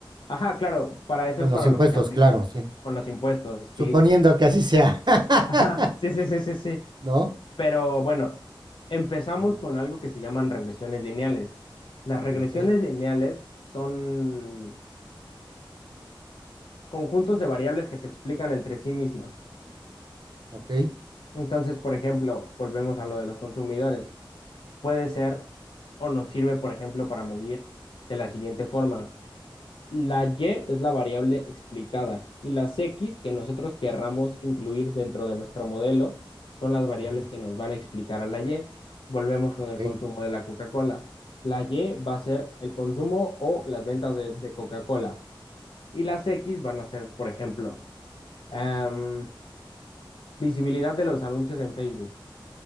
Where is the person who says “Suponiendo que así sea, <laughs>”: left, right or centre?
Right